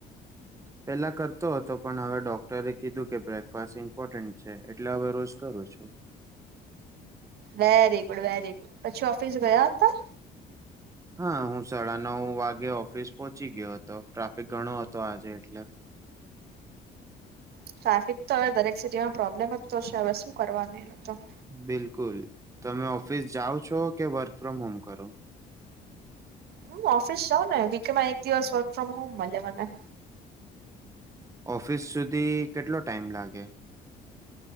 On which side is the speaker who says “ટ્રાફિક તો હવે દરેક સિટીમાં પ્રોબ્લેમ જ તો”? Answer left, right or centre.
Right